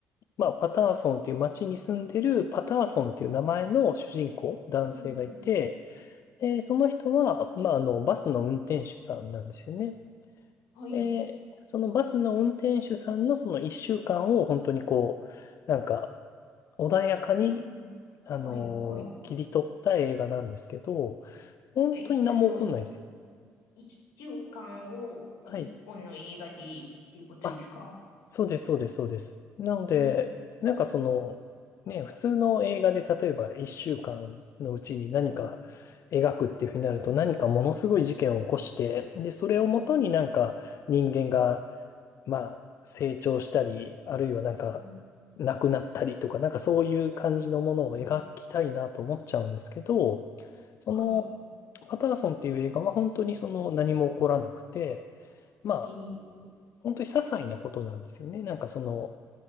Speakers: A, on the left; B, on the left.
A: まあ、パターソンっていう街に住んでるパターソンっていう名前の主人公、男性がいて、
B: うん。
A: で、その人は、まあ、あの、バスの運転手さんなんですよね。
B: はい、
A: で、そのバスの運転手さんのその一週間を本当にこう、なんか、穏やかに
B: うん。
A: あの、
B: はい、はい。
A: 切り取った映画なんですけど、本当に何も起こんないですよ。
B: え、それを一週間を一本の映画でっ
A: はい。
B: ていうことですか
A: あ、そうです、そうです、そうです。なので、
B: えー、
A: なんかその、ね、普通の映画で例えば一週間のうちに何か描くっていうふうになると何かものすごい事件を起こして、
B: うん、
A: で、それをもとになんか人間が
B: うん、
A: まあ、成長したり、あるいはなんか、
B: うん、
A: 亡くなったりとか、なんかそういう感じのものを描きたいなと思っちゃうんですけど、
B: うん
A: その、
B: はい、
A: パターソンっていう映画は本当にその何も起こらなくて、まあ、
B: えー
A: 本当に些細なことなんですよね。なんかその、